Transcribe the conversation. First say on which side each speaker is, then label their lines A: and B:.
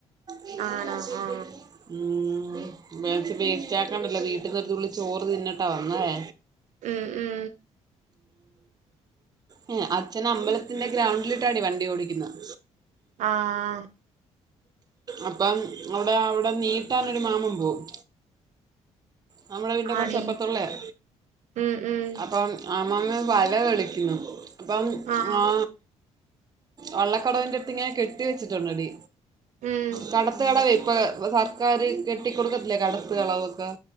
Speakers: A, on the right; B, on the right.
A: <unintelligible>
B: ആണോ ആ
A: വേസ്റ്റ് ആക്കണ്ടല്ലോ വീട്ടീന്നൊരുതുള്ളി ചോറ് തിന്നിട്ടാ വന്നതേ
B: ഉം ഉം
A: ഉം അച്ഛൻ അമ്പലത്തിന്റെ ഗ്രൗണ്ടിലിട്ടാടീ വണ്ടി ഓടിക്കുന്നത്
B: ആഹ
A: അപ്പം അവിടെ അവിടെ നീട്ടാനൊരു മാമൻ പോവും നമ്മുടെ വീട്ടിന്റെ
B: ആടി
A: കുറച്ച് അപ്പറത്തുള്ളയാ
B: ഉം ഉം
A: അപ്പം അമ്മമ്മ വല കളിക്കുന്നു അപ്പം
B: ആഹ്
A: ആ വള്ളക്കടവിന്റെ അടുത്ത് ഇങ്ങനെ കെട്ടി വെച്ചിട്ടുണ്ടെടി
B: ഉം
A: കടത്തു കടവു ഇപ്പൊ കാര് കെട്ടികൊടുക്കത്തില്ലേ കടത്ത കളവൊക്കെ